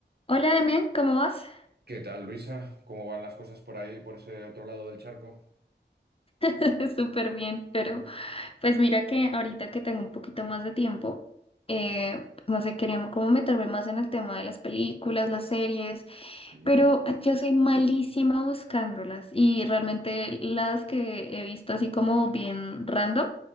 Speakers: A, on the left; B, on the right.
A: Hola Demian, ¿cómo vas?
B: ¿Qué tal, Luisa? ¿Cómo van las cosas por ahí, por ese otro lado del charco?
A: <laughs> Súper bien, pero
B: Bien.
A: pues mira que ahorita que tengo un poquito más de tiempo, eh, pues, no sé, quería como meterme más en el tema de las películas, las series,
B: Mm,
A: pero yo soy malísima buscándolas y realmente las que he visto así como bien random